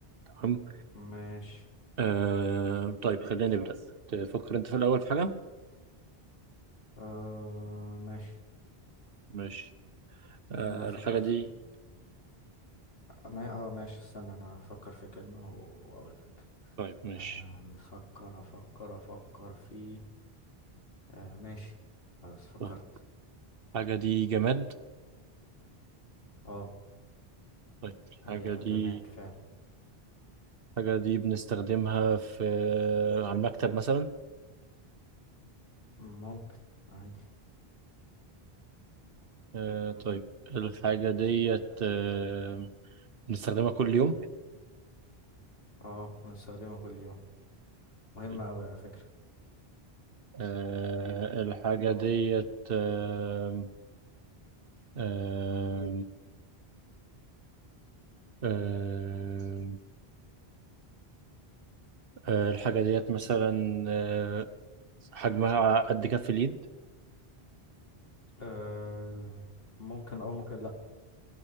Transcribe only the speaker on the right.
تمام
آه، طيب خلينا نبدأ تفكر انت في الاول في حاجة
ماشي آه،
الحاجة دي
طيب ماشي
طيب الحاجة دي جماد
طيب الحاجة
دي
الحاجة دي بنستخدمها في آه، على المكتب مثلا
آه طيب الحاجة ديت آه بنستخدمها كل يوم
طيب
آه الحاجة ديت آه آه آه آه الحاجة ديت مثلا آه حجمها قد كف اليد